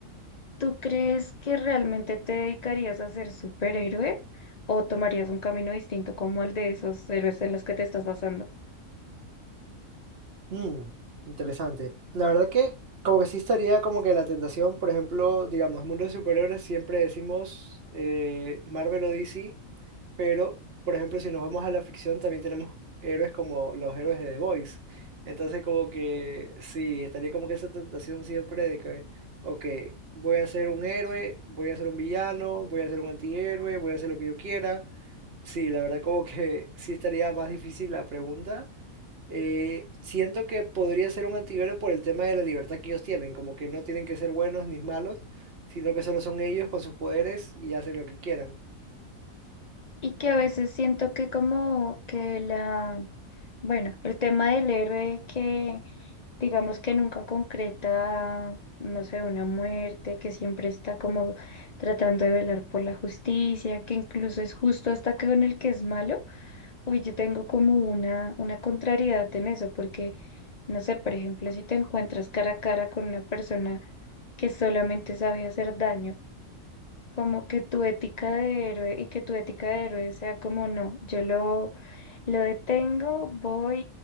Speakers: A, on the left; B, on the right.
A: ¿tú crees que realmente te dedicarías a ser superhéroe o tomarías un camino distinto como el de esos héroes en los que te estás basando?
B: Mm, interesante. La verdad que como que sí estaría como que la tentación, por ejemplo, digamos, mundo de superhéroes siempre decimos eh, Marvel o DC, pero por ejemplo si nos vamos a la ficción también tenemos héroes como los héroes de The Boys. Entonces como que sí, estaría como que esa tentación siempre de que, ok, voy a ser un héroe, voy a ser un villano, voy a ser un antihéroe, voy a hacer lo que yo quiera. Sí, la verdad como que <laughs> sí estaría más difícil la pregunta. Eh, siento que podría ser un antihéroe por el tema de la libertad que ellos tienen, como que no tienen que ser buenos ni malos, sino que solo son ellos con sus poderes y hacen lo que quieran.
A: Y que a veces siento que como que la, bueno, el tema del héroe que digamos que nunca concreta, no sé, una muerte, que siempre está como tratando de velar por la justicia, que incluso es justo hasta que con el que es malo, uy, yo tengo como una, una contrariedad en eso, porque, no sé, por ejemplo, si te encuentras cara a cara con una persona que solamente sabe hacer daño, como que tu ética de héroe y que tu ética de héroe sea como no, yo lo, lo detengo, voy